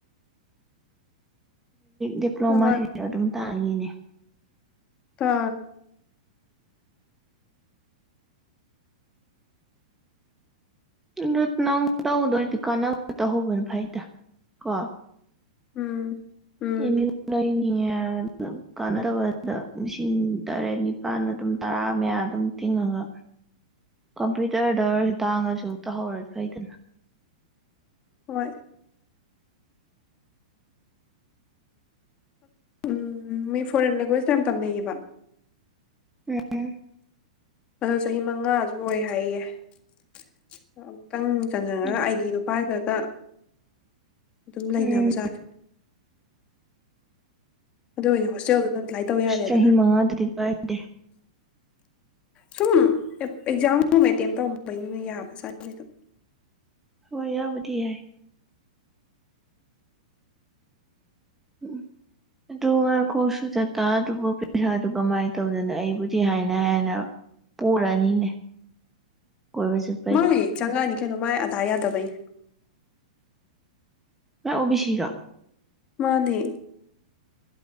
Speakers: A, in the centre; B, on the left.
A: ꯗꯤꯄ꯭ꯂꯣꯃ
B: ꯑꯗꯨ ꯃꯥ
A: ꯑꯗꯨꯝ ꯆꯪꯉꯤꯅꯦ
B: ꯇꯦ
A: ꯑꯗꯨ ꯅꯪ ꯇꯧꯧꯗꯔꯗꯤ ꯀꯥꯟꯅꯕ ꯇꯧꯍꯧꯕꯅꯦ ꯐꯩꯗ ꯀꯣ
B: ꯎꯝ ꯎꯝ
A: ꯏꯃꯤ ꯇꯤꯡꯉꯦ ꯍꯥꯏꯔ ꯀꯥꯟꯅꯗꯕꯗ ꯂꯤꯁꯤꯡ ꯇꯔꯦꯠ ꯅꯤꯄꯥꯜ ꯑꯗꯨꯝ ꯇꯔꯥ ꯃꯌꯥ ꯑꯗꯨꯝ ꯇꯤꯡꯉꯒ ꯀꯝꯄ꯭ꯌꯨꯇꯔꯗ ꯑꯣꯏꯔꯁꯨ ꯇꯥꯡꯉꯁꯨ ꯇꯧꯍꯧꯔꯗꯤ ꯐꯩꯗꯅ
B: ꯍꯣꯏ ꯎꯝ ꯃꯤ ꯐꯣꯔꯦꯟ ꯂꯦꯡꯒ꯭ꯋꯦꯖ ꯇ ꯌꯥꯝ ꯇꯝꯅꯌꯦꯕ
A: ꯎꯝ
B: ꯑꯗꯣ ꯆꯍꯤ ꯃꯉꯥꯁꯨ ꯑꯣꯏ ꯍꯥꯏꯌꯦꯦ ꯈꯤꯇꯪ ꯆꯪꯖꯟꯉꯔꯒ
A: ꯎꯝ
B: ꯑꯥꯏꯒꯤꯗꯨꯨꯄꯥꯥꯏ ꯈ ꯀ ꯑꯗꯨꯝ ꯂꯩꯅꯕꯖꯥꯠꯦ
A: ꯎꯝ
B: ꯑꯗꯨ ꯑꯣꯏꯗꯤ ꯍꯣꯁꯇꯦꯜꯗꯨꯗ ꯑꯦꯄ꯭ꯂꯥꯏ ꯇꯧ ꯌꯥꯔꯦꯗꯅ
A: ꯆ ꯆꯍꯤ ꯃꯥ ꯑꯗꯨꯗꯤ ꯔꯦ
B: ꯁꯨꯝ ꯑꯦꯛꯖꯥꯝꯒꯨꯝ ꯑꯦꯇꯦꯝ ꯇꯧꯔꯝꯝꯕꯅꯤꯅ ꯌꯥꯕ ꯆꯥꯠꯗ
A: ꯍꯣꯏ ꯌꯥꯌꯥꯝꯕꯗꯤ ꯌꯥꯏꯦ ꯎꯝ ꯑꯗꯨ ꯉꯥꯈꯣꯛ ꯁꯨ ꯆꯇꯥ ꯑꯗꯨꯕꯨ ꯄꯩꯁꯥꯗꯨ ꯀꯃꯥꯏꯅ ꯇꯧꯗꯅ ꯑꯩꯕꯨꯗꯤ ꯍꯥꯏꯅ ꯍꯥꯏꯅ ꯄꯨꯔꯅꯤꯅꯦ ꯀꯣꯏꯕ ꯆꯠꯄꯩꯗꯣ
B: ꯃꯥ ꯆꯪꯒꯥꯅꯤ ꯀꯩꯅꯣ ꯃꯥꯏ ꯑꯗꯥꯥ ꯌꯥꯗꯕꯩꯅꯦ
A: ꯃ ꯑꯣꯕꯤꯤꯁꯔ
B: ꯃꯥꯅꯦ